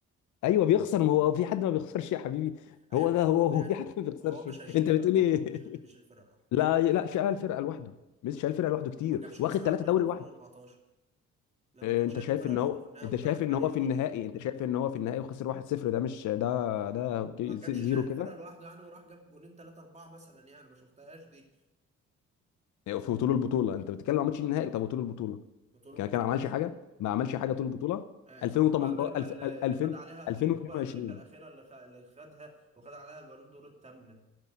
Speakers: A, on the left; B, on the right.
A: ايوه بيخسر ما هو في حد ما بيخسرش يا حبيبي
B: ايوه
A: هو ده
B: مش
A: هو
B: قصدي
A: هو
B: يعني
A: في حد ما بيخسرش
B: هو مش
A: انت
B: هيشيل فرقه
A: بتقول
B: لوحده
A: ايه
B: مفيش حد بيشيل فرقه لوحده
A: لا لا شال الفرقه لوحده ميسي شال الفرقه لوحده كتير
B: ما جابش
A: واخد
B: كاس العالم
A: ثلاثه
B: ليه
A: دوري
B: في 2014
A: لوحده
B: لما
A: آه،
B: كان
A: انت
B: شايل
A: شايف
B: الفرقه
A: ان
B: لوحده
A: هو
B: في النهائي
A: انت
B: قدام
A: شايف
B: المانيا
A: ان هو في
B: ما
A: النهائي
B: شايل
A: انت شايف ان هو في النهائي وخسر 1-0 ده مش ده ده كي-
B: ما كانش
A: زيرو
B: شايل الفرقه
A: كده
B: لوحده يعني وراح جاب جونين ثلاثه اربعه مثلا يعني ما شفتهاش دي
A: آه، في طول البطوله انت بتتكلم عن ماتش النهائي طب وطول البطوله
B: بطول
A: كان
B: البطوله
A: كان عملش
B: يا اسطى
A: حاجه ما عملش حاجه طول البطوله
B: آه،
A: 2018
B: في الكوبا امريكا
A: الف-
B: اللي
A: ال-
B: اللي
A: 2000
B: خد عليها
A: 2022
B: اللي الكوبا امريكا الاخيره اللي خ- اللي خدها وخد عليها البالون دور الثامنه